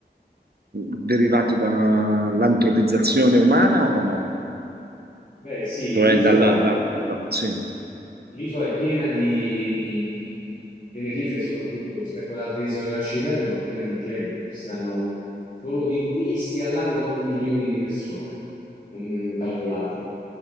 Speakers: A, on the right; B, on the left.
A: derivato dall'antropizzazione umana o no?
B: Beh, sì,
A: Cioè
B: l'isola
A: dalla... da- da- sì,
B: L'isola è piena di, di Tenerife, soprattutto rispetto alle altre isole dell'arcipelago, è piena di gente. Ci stanno solo di turisti all'anno 8 milioni di persone, mm, calcolate.